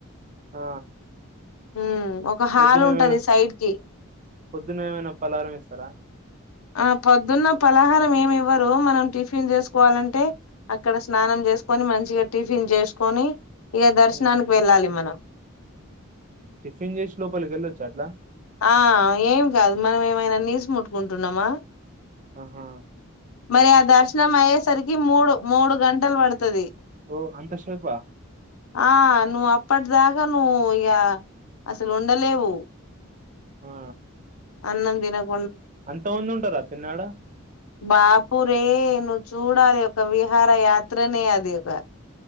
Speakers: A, on the right; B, on the left.
A: ఆ
B: హుమ్ ఒక హాల్
A: పొద్దున
B: ఉంటది
A: ఏమైనా
B: సైడ్ కి
A: పొద్దున ఏమైనా పలారం ఇస్తారా
B: ఆ పొద్దున్న పలహారం ఏమి ఇవ్వరు మనం టిఫిన్ చేసుకోవాలంటే అక్కడ స్నానం చేసుకొని మంచిగా టిఫిన్ చేసుకొని ఇక దర్శనానికి
A: ఉమ్
B: వెళ్ళాలి మనం
A: టిఫిన్ చేసి లోపలికి వెళ్ళొచ్చా అట్లా
B: ఆ ఏం కాదు మనం ఏమైనా నీసు ముట్టుకుంటున్నామా
A: ఆ హా
B: మరి ఆ దర్శనం అయ్యేసరికి మూడు మూడు గంటలు పడుత తది
A: ఓ అంత శేపా
B: ఆ నువ్ అ పడ్ దాగా నువు ఇగ అసలు ఉండలేవు
A: ఆ
B: అన్నం దినక్
A: అంత మంది ఉంటారా పిన్ని ఆడ
B: బాపూరే నువ్వు చూడాలి ఒక విహార యాత్రనే అది ఒక